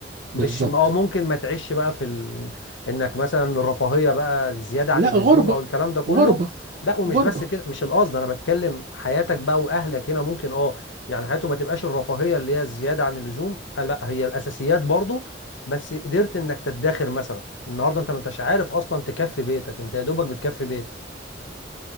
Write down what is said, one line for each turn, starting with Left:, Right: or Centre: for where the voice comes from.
Left: مش
Right: بالظبط
Left: اه ممكن ما تعيش بقى في ال... انك مثلا الرفاهيه بقى الزياده
Right: لا
Left: عن اللزوم
Right: غربه
Left: او الكلام ده كله
Right: غربه
Left: لا ومش
Right: غربه
Left: بس كده مش القصد انا بتكلم حياتك بقى واهلك هنا ممكن اه يعني حياته ما تبقاش الرفاهيه اللي هي الزياده عن اللزوم آه لا هي الاساسيات برضو بس قدرت انك تدخر مثلا النهارده انت ما انتش عارف اصلا تكفي بيتك انت يا دوبك بتكفي بيتك